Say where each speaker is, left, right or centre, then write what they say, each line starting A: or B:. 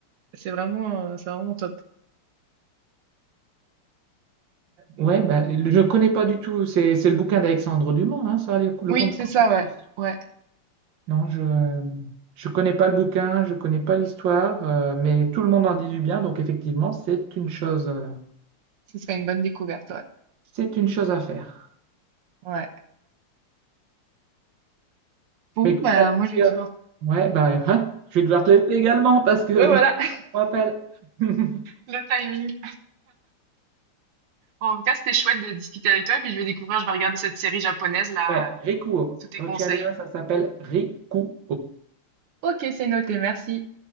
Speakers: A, on the right (about 85°); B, on the right (about 60°).
A: c'est vraiment, heu, c'est vraiment top.
B: Ouais, bah, je ne connais pas du tout, c'est c'est le bouquin d'Alexandre Dumas, hein, ça, le, le
A: Oui,
B: conte de
A: c'est
B: Monte
A: ça, ouais,
B: Cristo.
A: ouais,
B: Non, je je connais pas le bouquin, je connais pas l'histoire, euh, mais tout le monde en dit du bien, donc effectivement, c'est une chose, euh,
A: ce serait une bonne découverte, ouais,
B: c'est une chose à faire.
A: ouais. Bon,
B: Mais écoute,
A: bah,
B: Alexia,
A: moi, je vais devoir
B: ouais, bah, <laughs> hein, je vais devoir te laisser également parce que
A: Ouais, voilà. <laughs>
B: on rappelle. <laughs>
A: le timing. En tout cas, c'était chouette de discuter avec toi, et puis je vais découvrir, je vais regarder cette série japonaise là,
B: Ouais,
A: heu,
B: Rikuo.
A: sous tes
B: Retiens
A: conseils.
B: bien, ça s'appelle Rikuo.
A: Ok, c'est noté, merci.